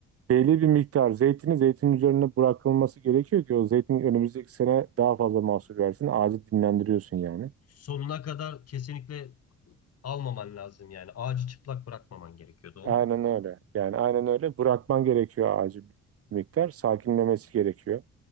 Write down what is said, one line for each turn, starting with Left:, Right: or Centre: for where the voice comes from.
Right: belli bir miktar zeytini zeytin üzerine bırakılması gerekiyor ki o zeytin önümüzdeki sene daha fazla mahsul versin. Ağacı dinlendiriyorsun yani.
Left: Sonuna kadar kesinlikle almaman lazım yani. Ağacı çıplak bırakmaman gerekiyor doğru
Right: Aynen
Left: mu?
Right: öyle. Yani aynen öyle. Bırakman gerekiyor ağacı bir miktar. Sakinlemesi gerekiyor.